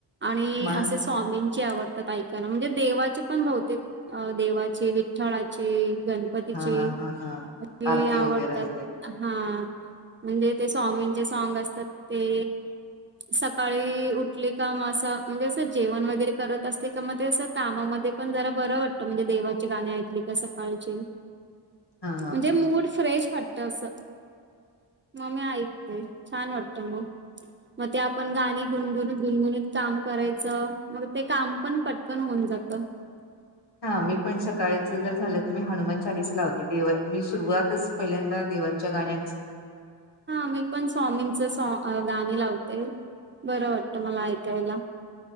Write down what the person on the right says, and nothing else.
आणि
असे स्वामींची आवड त्यात ऐकायला म्हणजे देवाचे पण बहुतेक देवाचे विठ्ठळाचे गाने गणपतीचे
की
आवडतात
हा म्हणजे ते स्वामींचे सॉग असतात ते सकाळी उठली का म असं म्हणजे असं जेवण वगैरे करत असले का मग ते असे कामामध्ये पण जरा बरं वाटतं म्हणे देवाचे गाणे एका सकाळची
म्हणजे मूड फ्रेश वाटत अस म मी ऐकते छान वाटत मग मग ते आपण गाणी गुणगुणत गुणगुणत काम करायचं मग ते काम पण पटकन होऊन जातं
हा मी पण स्वामींच सॉ गाणी लावते बरं वाटतं मला ऐकायला